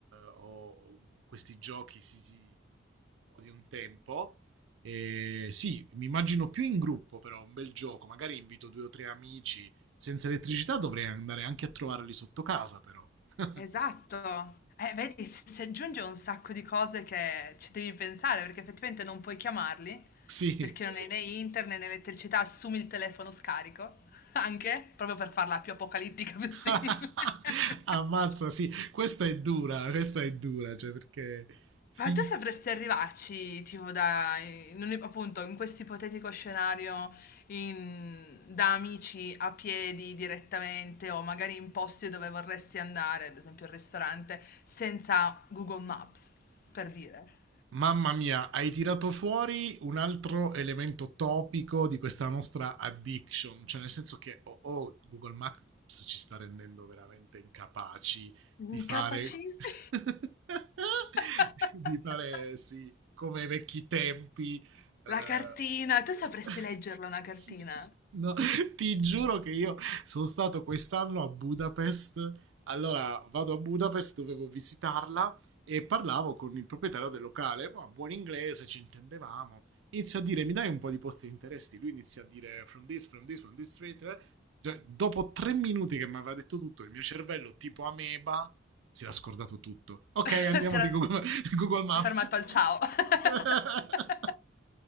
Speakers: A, on the right (about 80°); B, on the left (about 50°).
A: o, o questi giochi, sì, sì, un po' di un tempo. Eh, sì, mi immagino più in gruppo, però un bel gioco. Magari invito due o tre amici senza elettricità dovrei andare anche a trovarli sotto casa, però. <laughs>
B: Esatto. Eh, vedi, s si aggiunge un sacco di cose che ci devi pensare, perché effettivamente non puoi chiamarli,
A: Sì,
B: perché non hai né internet né elettricità, assumi il telefono scarico, <laughs> anche, proprio per farla più apocalittica possibile.
A: <laughs>
B: <laughs>
A: ammazza, sì, questa è dura, questa è dura, cioè perché fin-
B: Ma tu sapresti arrivarci, tipo, da, in un- appunto, in questo ipotetico scenario, in- da amici a piedi direttamente o magari in posti dove vorresti andare, ad esempio al ristorante, senza Google Maps, per dire.
A: Mamma mia, hai tirato fuori un altro elemento topico di questa nostra addiction, cioè nel senso che oh, oh, Google Maps ci sta rendendo veramente incapaci
B: Incapacissimi.
A: di fare, <laughs>
B: <laughs>
A: di fare sì, come ai vecchi tempi. eh.
B: La cartina, tu sapresti leggerla
A: <laughs>
B: una cartina?
A: No, ti giuro che io sono stato quest'anno a Budapest. Allora vado a Budapest, dovevo visitarla e parlavo con il proprietario del locale, oh, buon inglese, ci intendevamo. Inizio a dire, mi dai un po' di posti di interessi? Lui inizia a dire, from this, from this, from this street. Cioè, dopo tre minuti che mi aveva detto tutto, il mio cervello, tipo ameba, si era scordato tutto. Ok,
B: <laughs>
A: andiamo
B: Si era
A: di Google, Google Maps.
B: fermato al ciao. <laughs>
A: <laughs>